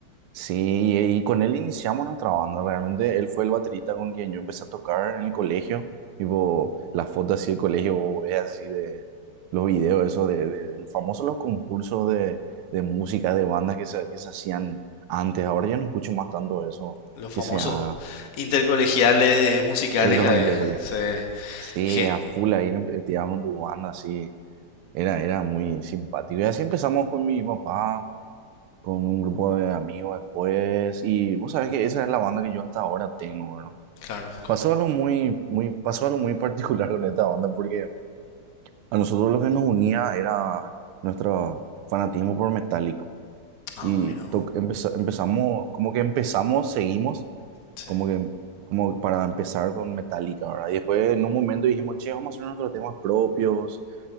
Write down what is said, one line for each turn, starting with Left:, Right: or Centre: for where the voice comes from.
Right: Sí, y con él iniciamos nuestra banda. Realmente él fue el baterista con quien yo empecé a tocar en el colegio. Tipo, las fotos así del colegio, vos ves así de los videos, eso de, de famosos los concursos de, de música, de bandas que se, que se hacían antes. Ahora ya no escucho más tanto eso
Left: Los
Right: que
Left: famosos
Right: se haga
Left: intercolegiales musicales
Right: en los
Left: que había.
Right: intercolegios.
Left: Sí,
Right: Sí,
Left: ge-
Right: a full ahí tiramos con tu banda, así. Era, era muy simpático. Y así empezamos con mi papá. con un grupo de amigos después y vos sabés que esa es la banda que yo hasta ahora tengo, ¿verdad?
Left: claro, con...
Right: Pasó algo muy, muy, pasó algo muy <laughs> particular con esta banda porque a nosotros lo que nos unía era nuestro fanatismo por Metallica
Left: Ah,
Right: y
Left: mira vos.
Right: to- empeza- empezamos, como que empezamos, seguimos,
Left: Sí,
Right: como que como para empezar con Metallica, ¿verdad? Y después en un momento dijimos, che, vamos a hacer nuestros temas propios